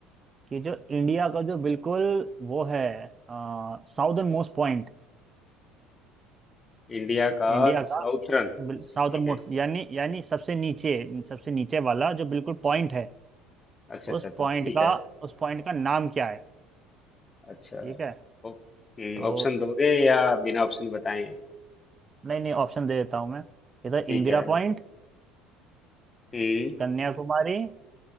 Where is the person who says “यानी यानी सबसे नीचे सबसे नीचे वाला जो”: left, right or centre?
Right